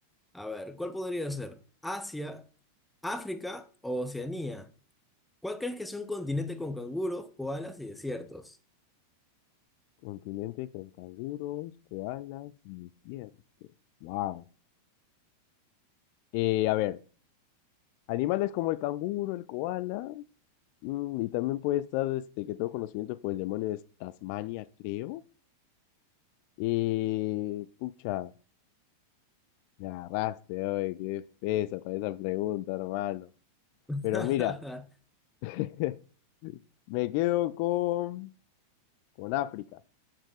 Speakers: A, in the centre; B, on the left.
A: A ver, ¿cuál podría ser? ¿Asia, África o Oceanía? ¿Cuál crees que es un continente con canguros, koalas y desiertos?
B: Continente con canguros, koalas y desiertos. Wow. eh a ver. Animales como el canguro, el koala, mm, y también puede estar, este, que tengo conocimiento por el demonio de Tasmania, creo. Eh, pucha, me agarraste, oye, qué peso con esa pregunta, hermano.
A: <laughs>
B: Pero mira, <laughs> me quedo con, con África,